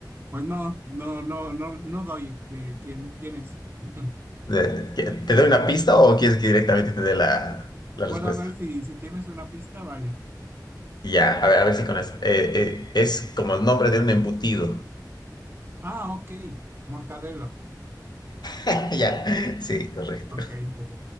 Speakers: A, on the right; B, on the left.
A: pues no, no, no, no, no doy que- quién, quién es. <laughs>
B: De- ¿Te doy una pista o quieres que directamente te dé la, la respuesta?
A: Bueno, a ver si, si tienes una pista, vale.
B: Ya, a ver, a ver si con eso. Eh, eh, es como el nombre de un embutido.
A: Ah, ok. Mortadelo.
B: <laughs> Ya,
A: Sí,
B: sí, correcto.
A: ok, ok.